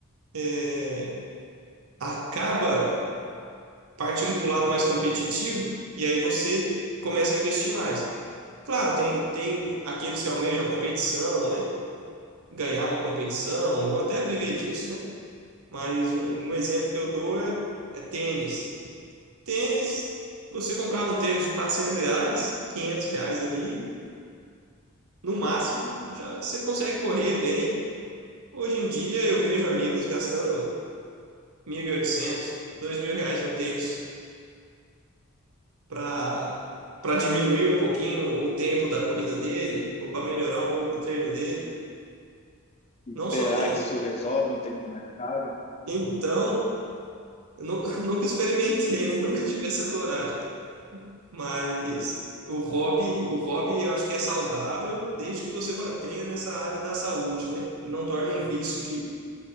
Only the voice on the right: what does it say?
é, acaba partindo para o lado mais competitivo, e aí você começa a investir mais. Claro, tem, tem aqueles que almejam a competição, né? ganhar uma competição, ou até viver disso, né? mas um, um exemplo que eu dou é, é tênis. Tênis, você comprava um tênis de 400 reais, 500 reais ali, no máximo, já você consegue correr bem. Hoje em dia eu vejo amigos gastando mil e oitocentos, dois mil reais no tênis para para diminuir um pouquinho o tempo da corrida dele, ou para melhorar um pouco o treino dele.
Não só
tênis.
Então, eu nu- <laughs> nunca experimentei, né? Nunca tive essa coragem. Mas o hobby, o hobby eu acho que é saudável desde que você mantenha nessa área da saúde, né? E não torne um vício que,